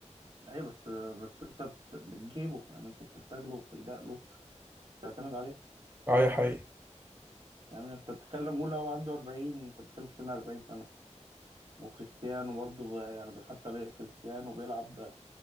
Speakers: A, on the right (about 45°); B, on the right (about 15°).
A: ايوه بس بس انت بت- بتجيبه يعني انت بتحتاج له وبتلجأ له بتعتمد عليه
B: اه يا حقيقي
A: يعني انت بتتكلم قول لو عنده 40 انت بتتكلم في سن 40 سنه وكريستيانو برضه يعني بي- حتى بي- كريستيانو بيلعب